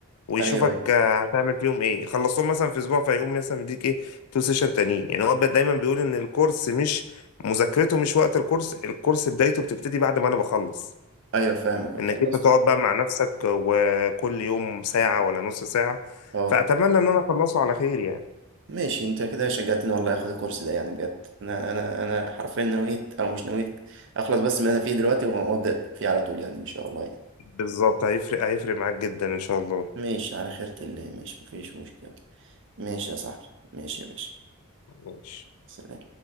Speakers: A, on the left (about 80°); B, on the right (about 55°).
A: ويشوفك
B: ايوه ايوه
A: آه، هتعمل فيهم ايه خلصتهم مثلا في اسبوع فيقوم مثلا بيديك ايه تو سيشن تانيين يعني هو دايما بيقول ان الكورس مش مذاكرته مش وقت الكورس الكورس بدايته بتبتدي بعد ما انا بخلص
B: ايوه فاهمك
A: انك
B: خلاص
A: انت تقعد بقى مع نفسك وكل يوم ساعة ولا نص ساعة
B: اه
A: فأتمنى ان انا اخلصه على خير يعني
B: ماشي انت كده شجعتني والله اخد الكورس ده يعني بجد انا انا انا حرفيا نويت او مش نويت اخلص بس من اللي انا فيه دلوقتي و- وابدا فيه على طول يعني ان شاء الله يعني
A: بالظبط هيفرق هيفرق معاك جدا ان شاء الله
B: ماشي على خيرة الله ماشي مفيش مشكلة ماشي يا صاحبي ماشي يا باشا
A: ماشي
B: سلام